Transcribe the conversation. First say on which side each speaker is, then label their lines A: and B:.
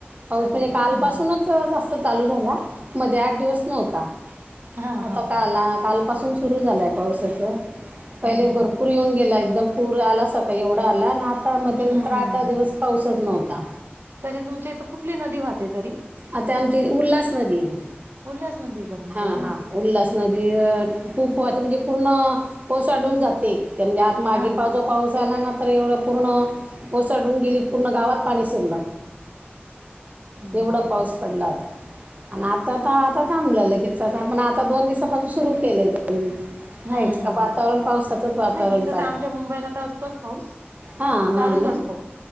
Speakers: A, on the right; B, on the right.
A: पाऊस
B: चालू
A: म्हणजे
B: आहे
A: कालपसूनच
B: ना.
A: जा चालू झा मध्ये आठ दिवस नव्हता
B: हा
A: आता
B: हा
A: का
B: हा
A: का? पासून सुरू झालं आहे पावसाचं पहिले
B: हम्म
A: भरपूर येऊन गेला एकदम. पूर आला सकाळी एवढा आला आणि आता मध
B: हम्म
A: नंतर आठ दहा दिवस पाऊसच नव्हता.
B: तरी तुमच्या इथं कुठली नदी वाहते तरी
A: आता आमची उल्हास नदी आहे
B: उल्हास नदी का तुमच्या
A: हा
B: इथं?
A: हा. उल्हास नदी खूपहते म्हणजे पूर्ण पोसांडून जाते ते म्हणजे आता मागे
B: हा
A: पावचो
B: ना
A: पाऊस आला ना तर एवढं पूर्ण ओसाडून गेली पूर्ण गावात पाणी शिरलं.
B: हम्म
A: एवढा पाऊस पडला होता. आणि आता तर आता थांबलं लगेच पण आता दोन दिवसापासून सुरु केले.
B: हम्म
A: ह का वातावरण पावसाातच वातावरण
B: नाही इथं
A: चालू.
B: तर आमच्या मुंबईला तर असतोच पाऊस
A: हा
B: चालूच
A: हा ना.
B: असतो